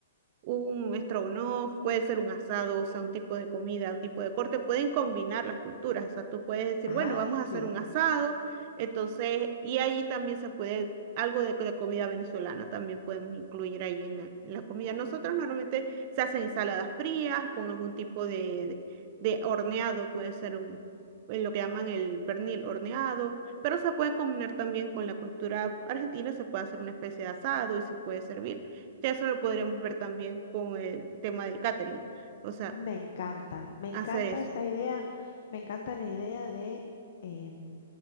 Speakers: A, on the right; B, on the left.
A: un estrogonoff, puede ser un asado, o sea, un tipo de comida, un tipo de corte, pueden combinar las culturas, o sea, tú puedes decir,
B: Ay,
A: bueno, vamos
B: sí,
A: a hacer un asado, entonces, y ahí también se puede, algo de, de comida venezolana también podemos incluir ahí en la, en la comida. Nosotros normalmente se hacen ensaladas frías con algún tipo de, de, de horneado, puede ser un... en lo que llaman el pernil horneado, pero se puede combinar también con la cultura argentina, se puede hacer una especie de asado y se puede servir. Ya eso lo podríamos ver también con el tema del catering. O sea,
B: me encanta, me encanta
A: hacer eso.
B: esa idea, me encanta la idea de em,